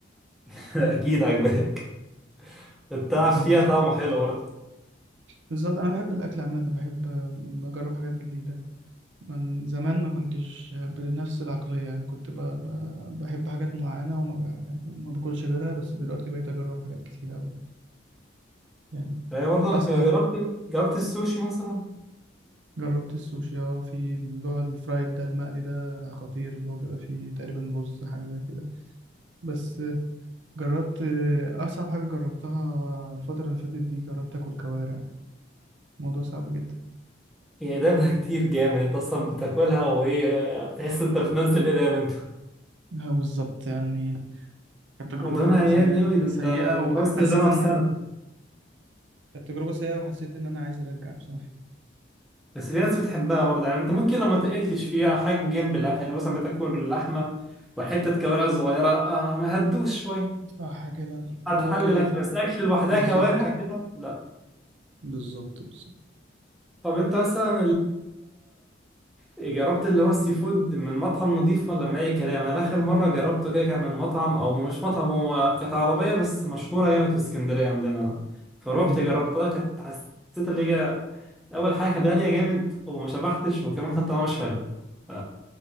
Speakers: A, in the centre; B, on the right (about 80°).
A: <laughs> اكيد عجباك التعب
B: آه،
A: فيها
B: بالظبط
A: طعمه حلو
B: بالظبط انا بحب الاكل عامه بحب آه، اجرب حاجات جديده من زمان ما كنتش بنفس العقليه يعني كنت ب... ب... بحب حاجات معينه وما, بح... وما باكلش غيرها بس دلوقتي بقيت اجرب حاجات كتير قوي يعني
A: يعني برضه انا
B: اصعب
A: ك- جربت جربت السوشي مثلا
B: جربت السوشي اه في اللي هو الفرايد ده المقلي ده خطير اللي هو بيبقى فيه تقريبا رز حاجه زي كده بس آه، جربت آه، اصعب حاجه جربتها الفتره اللي فاتت دي جربت اكل كوارع الموضوع صعب جدا
A: هي اقدامها كتير جامد انت اصلا بتاكلها وهي بتحس انت بتنزل اقدام انت
B: اه بالظبط يعني كانت تجربة
A: ودهونها عيان
B: سيئة
A: اوي ده
B: سيئة
A: انت ده انت
B: وحسيت
A: وصل لدهونها
B: إن
A: في سنة
B: كانت تجربة سيئة وحسيت إن أنا عايز أرجع بصراحة
A: بس في ناس بتحبها برضه يعني انت ممكن لو ما تقلتش فيها حاجة جنب الاكل يعني مثلا بتاكل اللحمة وحتة كوارع صغيرة آه، ما هتدوش شوية
B: صح كده
A: هتحل
B: هو كده
A: الاكل
B: و-
A: بس اكل لوحدها
B: بالظبط
A: كوارع كده لا
B: بالظبط بالظبط
A: طب انت مثلا جربت اللي هو السي فود من مطعم نظيف ولا من اي كلام انا اخر مره جربته كده كان من مطعم او مش مطعم هو كانت عربيه بس مشهوره جامد في اسكندريه عندنا فروحت
B: مم.
A: جربتها كانت حسيت اللي هي اول حاجه كانت غاليه جامد وما شبعتش وكمان كان طعمها مش حلو ف-